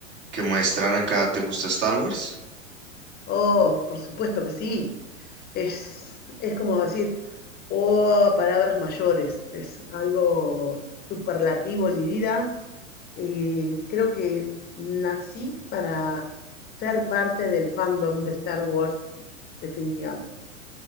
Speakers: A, on the right (about 30°); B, on the left (about 25°).
A: que muestran acá. ¿Te gusta Star Wars?
B: Oh, por supuesto que sí. Es, es como decir, oh, palabras mayores. Es algo superlativo en mi vida y creo que nací para ser parte del fandom de Star Wars, definitivamente.